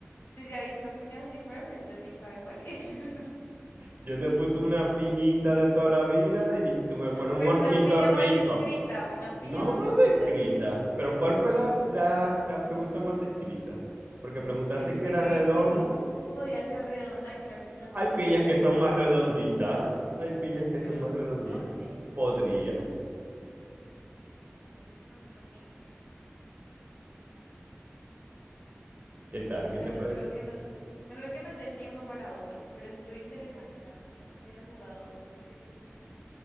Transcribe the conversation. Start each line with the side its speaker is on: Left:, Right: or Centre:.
Left: si se ha visto piña así Ferb, entonces sí sabe cuál es. <laughs>
Right: Yo te puse una piñita de toda la vida y tú me pones
Left: Pero
Right: un ornitorrinco.
Left: una piña mal descrita, una piña
Right: No
Left: mal
Right: mal
Left: descrita,
Right: descrita,
Left: así que
Right: pero
Left: eh,
Right: ¿cuál
Left: sí,
Right: fue la, la, la pregunta mal descrita? Porque preguntaste
Left: que, que dijiste
Right: que era
Left: que,
Right: redonda.
Left: que sí que podía ser redonda, y claro que una piña
Right: Hay piñas
Left: nunca es
Right: que
Left: redonda,
Right: son más redonditas. Hay piñas que
Left: pero
Right: son más redonditas.
Left: ¿por dónde?
Right: Podría.
Left: No, entonces no es una piña.
Right: ¿Qué tal? ¿Qué
Left: Ah,
Right: te
Left: no
Right: parece?
Left: creo que nos, no creo que nos dé el tiempo para otro, pero estuvo interesante, la verdad nunca había jugado eso con nadie.